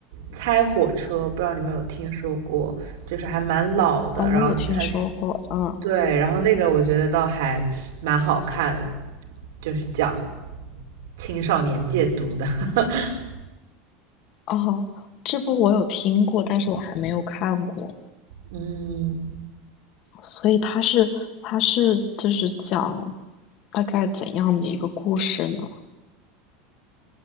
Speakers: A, on the right; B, on the left.
A: 《猜火车》，不知道你们有听说过，就是还蛮老的。
B: 啊、我有听说过，
A: 然后嗯它是
B: 嗯，
A: 对，然后那个我觉得倒还蛮好看，就是讲青少年戒毒的。<laughs>
B: 哦，这部我有听过，但是我还没有看过，
A: 嗯，
B: 所以它是它是就是讲大概怎样的一个故事呢？